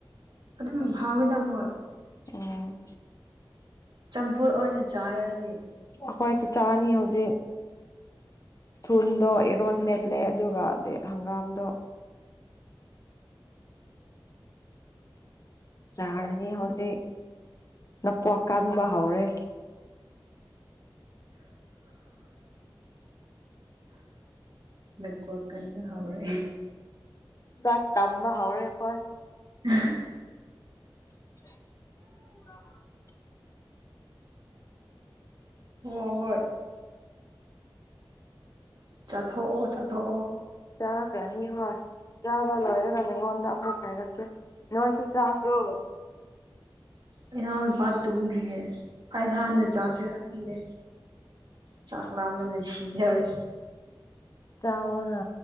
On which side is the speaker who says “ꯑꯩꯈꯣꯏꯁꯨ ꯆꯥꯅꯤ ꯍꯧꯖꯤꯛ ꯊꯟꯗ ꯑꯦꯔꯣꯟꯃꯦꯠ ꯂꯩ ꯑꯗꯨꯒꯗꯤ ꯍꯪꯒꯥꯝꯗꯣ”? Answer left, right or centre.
Left